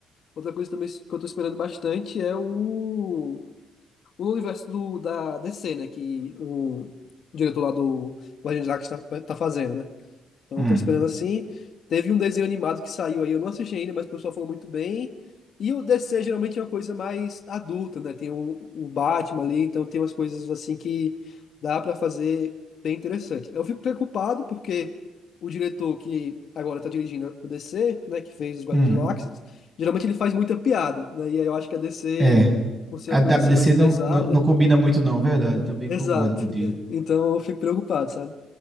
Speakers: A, on the left; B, on the right.
A: Outra coisa também que eu tô esperando bastante é o o universo do, da DC, né? Que o diretor lá do Guardiões da Galáxia tá, tá fazendo, né? Então,
B: Hum.
A: eu tô esperando assim. Teve um desenho animado que saiu aí, eu não assisti ainda, mas o pessoal falou muito bem. E o DC geralmente é uma coisa mais adulta, né? Tem o, o Batman ali, então tem umas coisas assim que dá pra fazer bem interessante. Eu fico preocupado porque o diretor que agora tá dirigindo o DC, né, que fez os Guardiões
B: Hum.
A: da Galáxia, geralmente ele faz muita piada, né? E aí eu acho que a DC,
B: É.
A: por ser
B: A
A: uma
B: DC
A: coisa assim mais
B: não,
A: pesada,
B: não, não combina muito, não, verdade.
A: <laughs>
B: Também
A: exato.
B: concordo contigo.
A: Então eu fico preocupado, sabe?